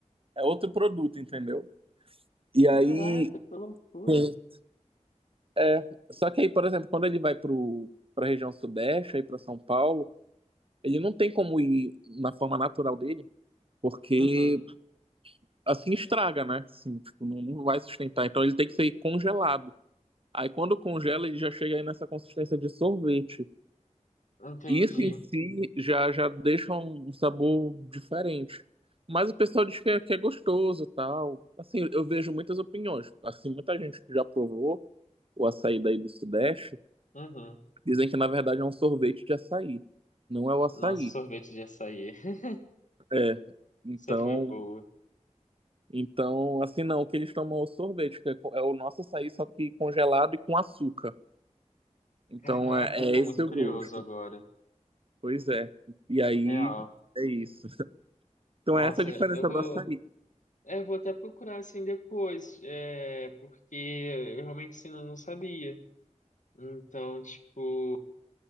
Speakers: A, on the right (about 45°); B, on the left (about 80°).
A: é outro produto, entendeu? E aí,
B: Caraca, que loucura.
A: Sim. é, só que aí, por exemplo, quando ele vai pro para a região sudeste, aí para São Paulo, ele não tem como ir na forma natural dele, porque
B: Uhum,
A: assim estraga, né? Assim, tipo, não, não vai sustentar. Então ele tem que ser congelado. Aí quando congela, ele já chega aí nessa consistência de sorvete.
B: entendi.
A: Isso em si já, já deixa um sabor diferente. Mas o pessoal diz que é, que é gostoso, tal. Assim, eu vejo muitas opiniões. Assim, muita gente que já provou o açaí daí do Sudeste
B: Uhum.
A: dizem que na verdade é um sorvete de açaí, não é o açaí.
B: Nossa, sorvete de açaí. <laughs>
A: É. Então,
B: Essa foi boa.
A: então assim não, o que eles tomam é o sorvete, que é, co- é o nosso açaí só que congelado e com açúcar. Então
B: Caraca,
A: é, é
B: eu tô
A: esse
B: muito curioso
A: o gosto.
B: agora.
A: Pois é. E aí
B: Real.
A: é isso. Então
B: Nossa,
A: é essa a diferença
B: eu vou.
A: do açaí.
B: é, eu vou até procurar assim depois. É, porque eu realmente assim, não não sabia. Então, tipo,